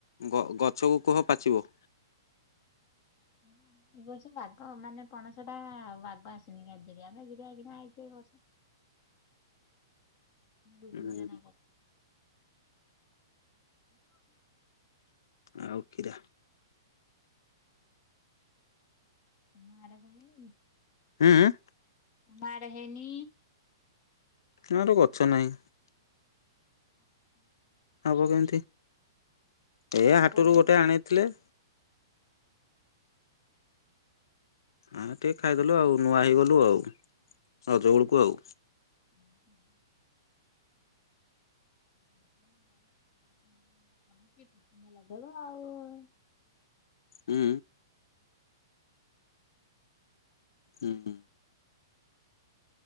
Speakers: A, on the left (about 85°); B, on the left (about 30°).
A: ଗ ଗଛକୁ କୁହ ପାଚିବ।
B: <inaudible> ଏ ବର୍ଷ ବାଗ ମାନେ ପଣସ ଟା ବାଗ ଆସିନି <inaudible> କିନା ଆଇଚି ଏ ବର୍ଷ। ରୁଗୁଣିଆ
A: ହୁଁ
B: ନା କଣ? ହୁଁ ଅ
A: ଆଉ କିିରା?
B: ମାଡା କଲେକି ନାଇଁ?
A: ହୁଁ ହୁଁ?
B: ମାଡା ହେଇନି।
A: ମୋର ଗଛ ନାଇଁ।
B: <inaudible>
A: ହବ କେମିତି? ଏ
B: ଲଗଉନ।
A: ହାଟରୁ ଗୋଟେ ଆଣିଥିଲେ। ହଁ ଟିକେ ଖାଇଦେଲୁ ଆଉ ନୂଆ ହେଇଗଲୁ ଆଉ ରଜ ବଳକୁ ଆଉ।
B: <inaudible> କିତ୍ ଲଗେଇବ ଆଉ।
A: ହୁଁ। ହୁଁ ହୁଁ।